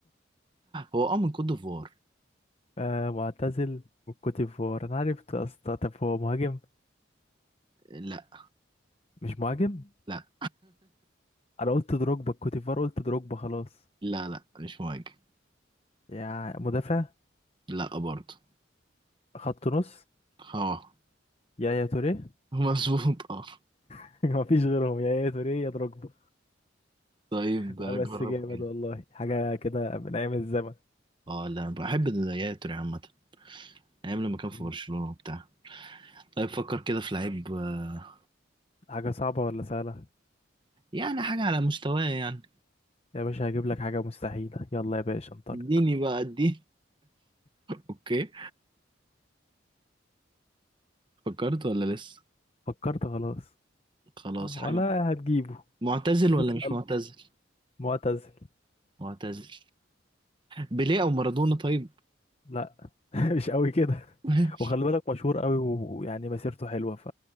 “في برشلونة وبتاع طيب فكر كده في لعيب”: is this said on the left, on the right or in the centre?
Right